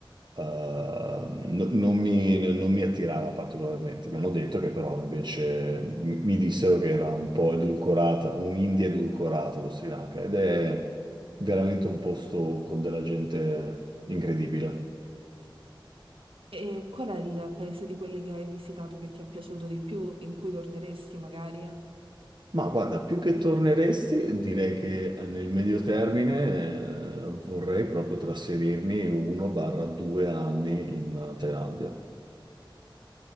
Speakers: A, on the right; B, on the right.
A: eh, no- non mi, non mi attirava particolarmente. Mi hanno detto che però invece mi, mi dissero che era un po' edulcorata, un'India edulcorata lo Sri Lanka ed è veramente un posto con della gente incredibile.
B: E qual è il paese di quelli che hai visitato che ti è piaciuto di più, in cui torneresti magari?
A: Ma guarda, più che torneresti, direi che nel medio termine, eh, vorrei proprio trasferirmi 1 barra due anni in Thailandia.